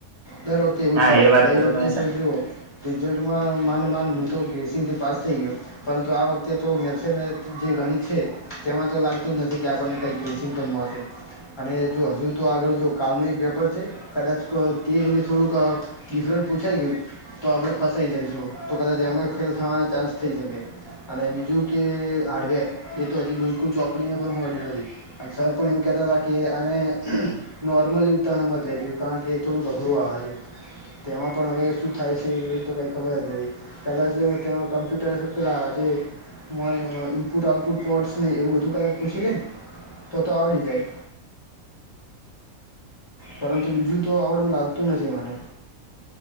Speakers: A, on the left (about 20°); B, on the right (about 70°).
A: દર વખતે એવું
B: હા
A: જ થાય
B: એ
A: છે.
B: વાત
A: ગઈ વખતે
B: તમે
A: તો જુઓ રિઝલ્ટમાં માન માન હું તો ગ્રેસીગ થી પાસ થઈ ગયો. પરંતુ આ વખતે તો મેસે જે ગણિત છે તેમાં તો લાગતું જ નથી કે આપણને કઈક. ચિંતન મળશે. અને જો હજુ તો આગળ જો કાલનું એક પેપર છે કદાચ તે એને થોડુંક. ડિફરન્ટ પૂછાય ગયું તો આપડણે ફસાઈ જઈશું તો કદાચ એમાં ફેલ થવાના ચાન્સ થઈ શકે. અને બીજું કે હાર્ડવેર એ તો હજી બિલકુલ ચોપડીને પણ હું અડ્યું નથી. સર પણ એવું કે હતા કે આને નોર્મલી તમે મત લેજો કારણ કે એ થોડુંક અઘરું આવે છે. તેમાં પણ અવે શું થાય સે એ તો કઈ ખબર નહીં. કદાચ તેમાં કમ્પ્યુટરસ પેલા જે મને અ ઇનપુટ આઉટપુટ પોર્ટસ નેય એવું બધું કદાચ પૂછી લેને ત તો આવડી જાય. પરંતુ બીજું તો આવડવું લાગતું નથી મને.